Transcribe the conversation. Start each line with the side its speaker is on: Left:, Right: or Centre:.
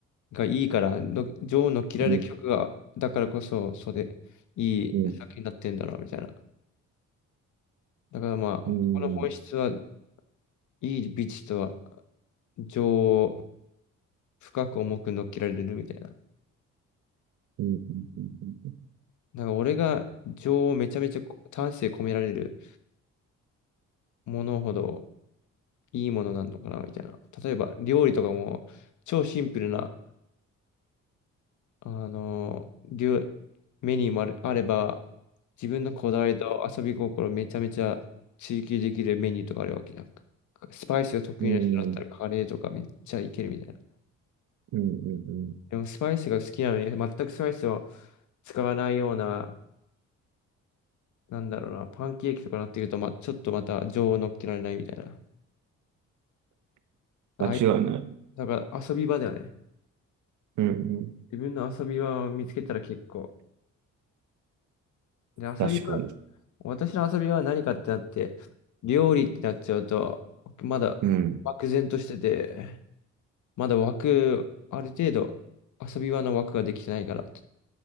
Left: がいいからの、情を乗っ切られる曲がだからこそそうでいい作品になってるんだろうみたいな。
Right: うんうん
Left: だからまあ、ここの本質は
Right: うん
Left: いい美術とは情を深く重く乗っけられるみたいな。
Right: うんうん
Left: なんか俺が情をめちゃめちゃこ丹精込められるものほどいいものなんのかなみたいな。例えば料理とかも超シンプルな、あのー料メニューもある、あれば自分のこだわりと遊び心めちゃめちゃ追求できるメニューとかあるわけじゃん。スパイスが得意な人だったらカレーとかめっちゃいけるみたいな。
Right: うんうんうんうんうん。
Left: でもスパイスが好きなのに全くスパイスを使わないようななんだろうな、パンケーキとかなってくると、ま、ちょっとまた情を乗っけられないみたいな。ああいう、
Right: 間違いない。
Left: だから遊び場だよね。
Right: うんうん。
Left: 自分の遊び場を見つけたら結構。で、遊び場、
Right: 確かに。
Left: 私の遊び場は何かってなって、料理ってなっちゃうと、まだ漠然としてて、
Right: うん。
Left: まだ枠、ある程度遊び場の枠ができてないから。